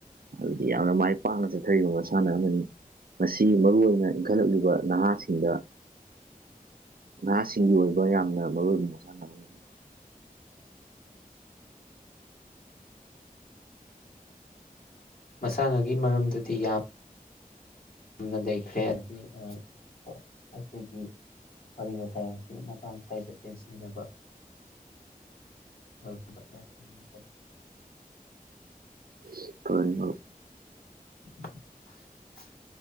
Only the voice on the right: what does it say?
ꯑꯗꯨꯗꯤ ꯌꯥꯝꯅ ꯃꯥꯏ ꯄꯥꯛꯅ ꯆꯠꯊꯔꯤꯕ ꯃꯁꯥꯟꯅ ꯑꯃꯅꯤ ꯃꯁꯤ ꯃꯔꯨ ꯑꯣꯏꯅ ꯏꯟꯈꯠꯂꯛꯂꯤꯕ ꯅꯍꯥꯁꯤꯡꯗ ꯅꯍꯥꯁꯤꯡꯒꯤ ꯑꯣꯏꯕ ꯌꯥꯝꯅ ꯃꯔꯨ ꯑꯣꯏꯕ ꯃꯁꯥꯟꯅ ꯑꯃꯅꯤ꯫
<unintelligible>